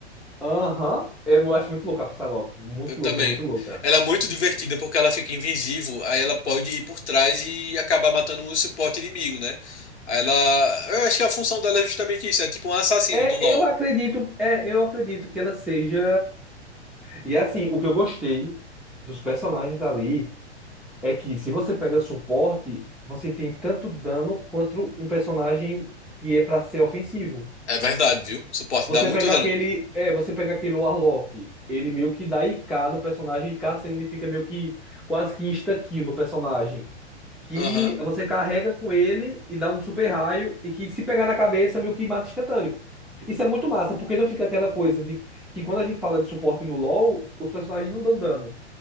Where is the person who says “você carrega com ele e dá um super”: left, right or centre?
Centre